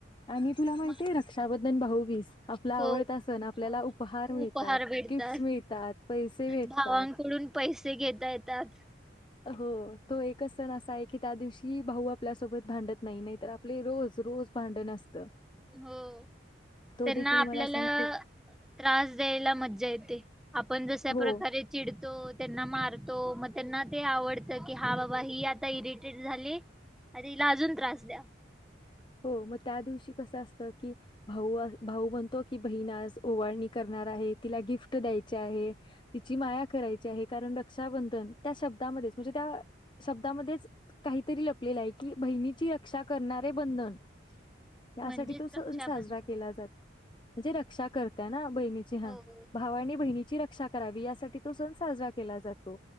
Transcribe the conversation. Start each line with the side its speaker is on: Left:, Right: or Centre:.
Left: आणि तुला माहिती
Centre: मग
Left: आहे रक्षाबध द भाऊबीज. आपल्या आवडत
Centre: हो
Left: असन आपल्याला
Centre: आवड
Left: उपहार मिळतात,
Centre: उपहार भेटतात
Left: गिफ्ट मिळतात, पैसे भेटतात.
Centre: भावांकडून पैसे घेता येतात.
Left: हो तो एकच सण असा आहे की त्या दिवशी भाऊ आपल्यासोबत भांडत नाही नाही तर आपले रोज रोज भांडण असत.
Centre: हो त्यांना
Left: देखील
Centre: आपल्याला
Left: मला सण खूप
Centre: त्रास द्यायला मज्जा येते आपण. जश्या
Left: हो
Centre: प्रकारे चिड त्यांना मारतो मग त्यांना ते आवडत की हा बाबा ही आता इरिटेट झाली आणि तिला अजून त्रास द्या.
Left: हो मग त्या दिवशी कसं असतं की भाऊ भाऊ म्हणतो की बहीण आज ओवाळणी करणार आहे, तिला गिफ्ट द्यायची आहे, तिची माया करायची आहे, कारण रक्षाबंधन त्या शब्दामध्येच म्हणजे त्या शब्दामध्येच काहीतरी लपलेलं आहे की बहिणीची रक्षा करणारे बंधन. यासाठी
Centre: म्हणजेच
Left: तो सण
Centre: रक्षाबंधन
Left: साजरा केला जातो म्हणजे रक्षा करता ना बहिणीची हा
Centre: हो
Left: भावा आणि बहिणीची रक्षा. करावी यासाठी तो सण साजरा केला जातो.